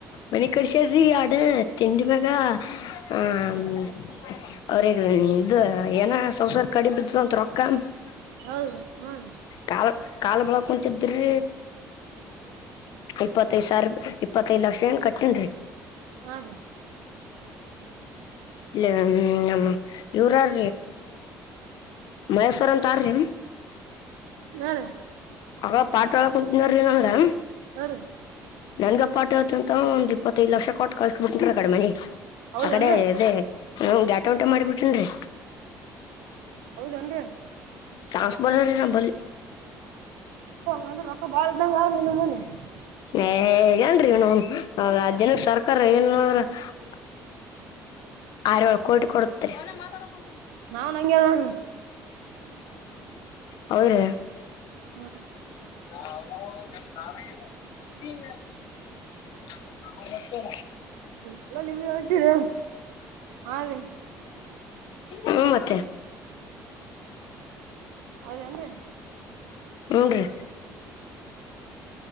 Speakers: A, on the left; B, on the right.
A: ಮನಿ ಕಡಸ್ಯಾರ್ರಿ ಆಡ ತಿಂಡಿ ಮ್ಯಾಗ ಹ್ಮ ಅವ್ರಗ ಇದು ಏನ ಸಂಸಾರ್ ಕಡಿಮ ಇದ್ದದ ಅತ್ ರೊಕ್ಕ <unintelligible>
B: ಹೌದ ರೀ ಹ್ಮದ
A: ಕಾಲ್ ಕಾಲ್ ಬಳ ಕುಂತಿದ್ರೀ ಇಪ್ಪತ್ತೈದ್ ಸಾವಿರ ಇಪ್ಪತ್ತೈದು ಲಕ್ಷ ಏನ್ ಕಟ್ಟನ್ರಿ
B: ಹೌದೀ
A: ಇ್ಮ ನಮ್ಮ ಇವರಾರ ಮೈಸೂರ ಅಂತಾರಿ
B: ಯಾರ <unintelligible>
A: ಆಗ ಪಾಟ್ ಆಳ ಕುೂತ್ನ್ರ ನನಗ
B: ಹ
A: ನನ್್ <unintelligible> ಪಾಟಿ ಹತ್ತು ಅಂತ ಒಂದ ಇಪ್ಪತ್ತೈದ್ ಲಕ್ಷ ಕೊಟ್ಟ ಕಳ್ಸಬಿಟ್ಟಿಂಟ್ರ ಕಡೆಮನೆಿ
B: ಹೌದೇನ್ರಿ
A: ಆ ಕಡೆ ಅದೆೇ <unintelligible> ಗ್ಯಾಟ ಉಂಟೆ ಮಾಡಿಬಿಟೇನ್ರಿ
B: ಹೌದೇನ್ರಿ
A: ಚಾನ್ಸ್ ಬರ ರ ನ ಬಲಿಿ
B: ಹಂದ ರೊಕ್ಕ ಬಾಳ ಇದ್ದಂಗ ಅವ್ರ ನಮ್ಮ ಮನೆ <unintelligible>
A: ಏ ಹೇಗನ್ೀ ನ ಅ್ನ ಸರ್ಕಾರ ಏನ್್ರ <unintelligible> ಆರೊಳಕೋ ಇಟ್ಟು ಕೊಡ್ತರಿ <unintelligible>
B: ನಾನ್ ಹಂಗೆ ನೋಡರಿ.
A: ಹೌದಾ.
B: <inaudible>
A: <inaudible> ಅವತ್ತೇ.
B: <unintelligible>
A: ಹ್ಮ ಮತ್ತ.
B: ಹೌದನ್ರಿ.
A: ಹನ್ನರಿ.